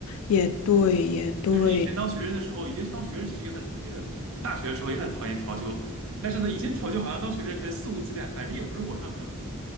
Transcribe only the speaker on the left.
也对，也对。